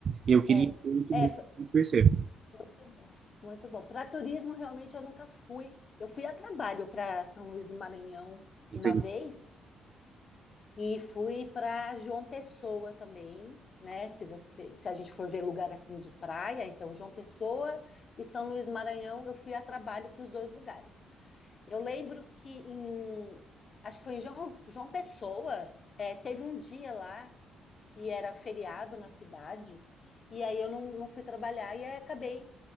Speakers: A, on the right (about 50°); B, on the left (about 45°).
A: E eu queria
B: é,
A: muito,
B: é
A: muito
B: p-
A: conhecer.
B: muito bom, muito bom. Para turismo, realmente eu nunca fui. Eu fui a trabalho para São Luís do Maranhão
A: Não
B: uma
A: tem
B: vez. E fui para João Pessoa também, né? Se você, se a gente for ver lugar assim de praia, então João Pessoa e São Luís do Maranhão, eu fui a trabalho para os dois lugares. Eu lembro que em, acho que foi em João, João Pessoa, é, teve um dia lá que era feriado na cidade, e aí eu não, não fui trabalhar e aí acabei